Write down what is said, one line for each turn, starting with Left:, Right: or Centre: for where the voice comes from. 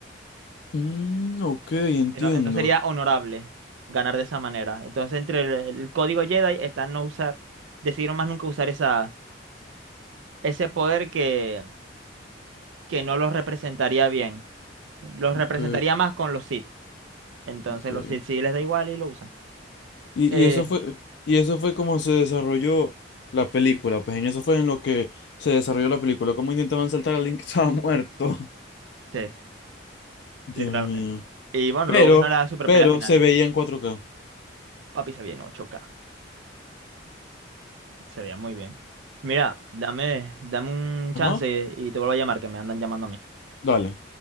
Left: mm, ok, entiendo.
Right: Si No, no sería honorable ganar de esa manera. Entonces, entre el, el código Jedi está no usar, decidieron más nunca usar esa, ese poder que, que no los representaría bien. Los
Left: Ok,
Right: representaría más con los Sith. Entonces,
Left: ok.
Right: los Sith sí les da igual y lo usan.
Left: Y,
Right: Eh,
Left: y eso fue, y eso fue como se desarrolló la película, pues en eso fue en lo que se desarrolló la película. Cómo intentaban saltar a alguien que estaba muerto. <laughs>
Right: sí,
Left: Dios
Right: literalmente.
Left: mío.
Right: Y bueno,
Left: Pero,
Right: luego vino la super
Left: pero
Right: pelea final.
Left: se veía en cuatro k
Right: Papi se veía en 8K. Se veía muy bien. Mira, dame, dame un chance
Left: Ajá,
Right: y te vuelvo a llamar, que me andan llamando a mí.
Left: dale.